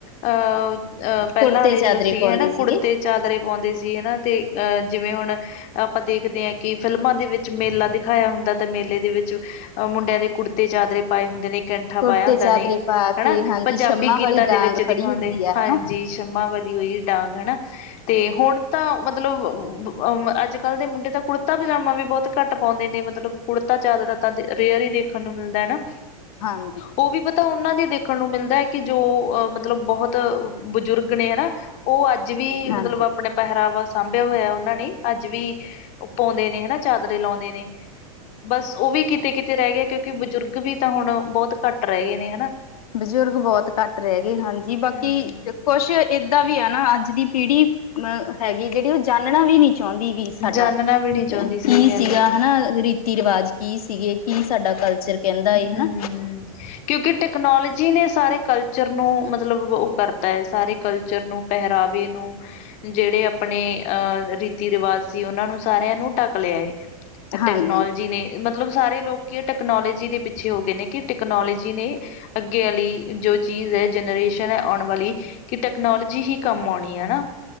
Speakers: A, on the left (about 40°); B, on the left (about 75°).
A: ਅਹ-ਅਹ ਪਹਿਲਾਂ
B: ਕੁੜਤੇ
A: ਵਾਲੇ
B: ਚਾਦਰੇ
A: ਜੋ ਸੀਗੇ
B: ਪਾਉਂਦੇ
A: ਹਨਾ
B: ਸੀਗੇ
A: ਕੁੜਤੇ ਚਾਦਰੇ ਪਾਉਂਦੇ ਸੀ ਹਨਾ ਤੇ, ਅਹ ਜਿਵੇਂ ਹੁਣ ਆਪਾਂ ਦੇਖਦੇ ਆਂ ਕਿ ਫਿਲਮਾਂ ਦੇ ਵਿੱਚ ਮੇਲਾ ਦਿਖਾਇਆ ਹੁੰਦਾ, ਤੇ ਮੇਲੇ ਦੇ ਵਿੱਚ ਅਹ ਮੁੰਡਿਆਂ ਦੇ ਕੁੜਤੇ-ਚਾਦਰੇ ਪਾਏ ਹੁੰਦੇ ਨੇ, ਕੈੰਠਾ
B: ਕੁੜਤੇ
A: ਪਾਇਆ ਹੁੰਦਾ
B: ਚਾਦਰੇ
A: ਨੇ,
B: ਪਾ
A: ਹੈਣਾ।
B: ਕੇ ਹਾਂਜੀ
A: ਪੰਜਾਬੀ
B: ਛੰਮਾਂ
A: ਗੀਤਾਂ
B: ਵਾਲੀ ਡਾਂਗ
A: ਦੇ ਵਿੱਚ
B: ਫੜੀ
A: ਦਿਖਾਂਉਦੇ,
B: ਹੁੰਦੀ ਆ ਹਨਾ
A: ਹਾਂਜੀ ਜੰਮਾ ਵਾਲੀ ਹੋਈ ਏ, ਡਾਂਗ ਹਣਾ। ਤੇ ਹੁਣ ਤਾਂ ਮਤਲਬ, ਅ ਅੱਜ-ਕੱਲ ਦੇ ਮੁੰਡੇ ਤਾ ਕੁੜਤਾ-ਪਜਾਮਾ ਵੀ ਬਹੁਤ ਘੱਟ ਪਾਉਂਦੇ ਨੇ, ਮਤਲਬ ਕੁੜਤਾ-ਚਾਦਰਾ ਤਾਂ ਕਈ ਵਾਰੀ ਦੇਖਣ ਨੂੰ ਮਿਲਦਾ ਹਨਾ,
B: ਹਾਂਜੀ
A: ਉਹ ਵੀ ਪਤਾ ਉਹਨਾਂ ਦੀ ਦੇਖਣ ਨੂੰ ਮਿਲਦਾ ਹੈ, ਕਿ ਜੋ ਮਤਲਬ ਬਹੁਤ ਬਜ਼ੁਰਗ ਨੇ ਹਣਾ, ਉਹ ਅੱਜ ਵੀ
B: ਹਾਂਜੀ
A: ਮਤਲਬ ਆਪਣਾ ਪਹਿਰਾਵਾ ਸਾਂਭਿਆ ਹੋਇਆ ਉਹਨਾਂ ਨੇ। ਅੱਜ ਵੀ ਓ ਪਾਉਂਦੇ ਨੇ, ਹਨਾ ਚਾਦਰੇ ਲਾਉਂਦੇ ਨੇ। ਬਸ, ਉਹ ਵੀ ਕਿਤੇ-ਕਿਤੇ ਰਹਿ ਗਿਆ, ਕਿਉਂਕਿ ਬਜ਼ੁਰਗ ਵੀ ਤਾਂ ਹੁਣ ਬਹੁਤ ਘੱਟ ਰਹਿ ਗਏ ਨੇ, ਹਨਾ।
B: ਬਜ਼ੁਰਗ ਬਹੁਤ ਘੱਟ ਰਹਿ ਗਏ, ਹਾਂਜੀ ਬਾਕੀ
A: ਹਮ
B: ਕੁਛ ਏਦਾਂ ਵੀ ਹੈ ਨਾ ਅੱਜ ਦੀ ਪੀੜੀ ਅਹ, ਹੈਗੀ, ਜਿਹੜੀ ਉਹ ਜਾਨਨਾ ਵੀ ਨੀ, ਚਾਹੁੰਦੀ ਵੀ ਸਾਡਾ,
A: ਜਾਨਣਾ ਵੀ ਨਹੀਂ ਚਾਹੁੰਦੀ
B: ਕੀ
A: ਸਹੀ ਗੱਲ
B: ਸੀਗਾ
A: ਹੈ
B: ਹਨਾ ਰੀਤੀ-ਰਿਵਾਜ। ਕੀ ਸੀਗੇ, ਕੀ ਸਾਡਾ ਕਲਚਰ ਕਹਿੰਦਾ ਏ ਹਨਾ
A: ਹੂੰ। ਕਿਉਂਕਿ ਟੈਕਨੋਲੋਜੀ ਨੇ ਸਾਰੇ ਕਲਚਰ ਨੂੰ, ਮਤਲਬ ਉਹ ਕਰਤਾ ਹੈ, ਸਾਰੇ ਕਲਚਰ ਨੂੰ ਪਹਿਰਾਵੇ ਨੂੰ, ਜਿਹੜੇ ਆਪਣੇ ਅ ਰੀਤੀ ਰਿਵਾਜ ਅਸੀ ਉਹਨਾਂ ਨੂੰ ਸਾਰਿਆਂ ਨੂੰ ਢੱਕ ਲਿਆ ਏ,
B: ਹਾਂਜੀ,
A: ਟੈਕਨੋਲਜੀ ਨੇ ਮਤਲਬ ਸਾਰੇ ਲੋਕੀ ਟੈਕਨੋਲੇਜੀ ਦੇ ਪਿੱਛੇ ਹੋ ਗਏ ਨੇ, ਕਿ ਟੈਕਨੋਲੋਜੀ ਨੇ ਅੱਗੇ ਵਾਲੀ ਜੋ ਚੀਜ਼ ਐ, ਜਨਰੇਸ਼ਨ ਹੈ ਆਉਣ ਵਾਲੀ ਕਿ ਟੈਕਨੋਲੋਜੀ ਹੀ ਕੰਮ ਆਉਣੀ ਏ, ਹੈਨਾ।